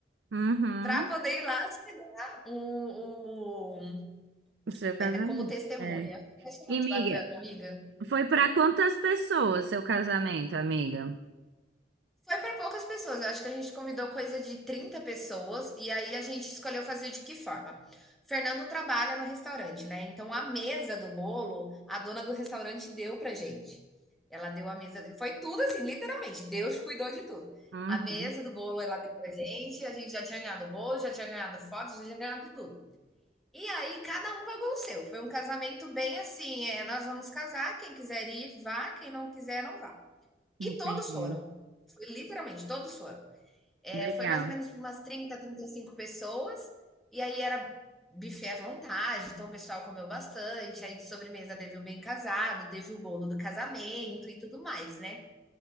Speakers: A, on the right; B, in the centre.
A: Uhum.
B: para poder ir lá assinar um, um,
A: O seu casamento.
B: um, como testemunha.
A: É.
B: Isso é
A: E,
B: muito
A: amiga,
B: bacana, amiga.
A: foi pra quantas pessoas seu casamento, amiga?
B: Foi para poucas pessoas. Eu acho que a gente convidou coisa de 30 pessoas e aí a gente escolheu fazer de que forma? Fernando trabalha no restaurante, né? Então a mesa do bolo, a dona do restaurante deu pra gente. Ela deu a mesa, foi tudo assim, literalmente. Deus cuidou de tudo.
A: Uhum.
B: A mesa do bolo ela deu pra gente, a gente já tinha ganhado bolo, já tinha ganhado fotos, já tinha ganhado tudo. E aí cada um pagou o seu. Foi um casamento bem assim, é, nós vamos casar, quem quiser ir, vá, quem não quiser, não vá.
A: Entendi.
B: E todos foram. Foi literalmente, todos foram. É,
A: Legal.
B: foi mais ou menos umas trinta trinta e cinco pessoas, e aí era buffet à vontade, então o pessoal comeu bastante, aí de sobremesa teve o bem casado, teve o bolo do casamento e tudo mais, né?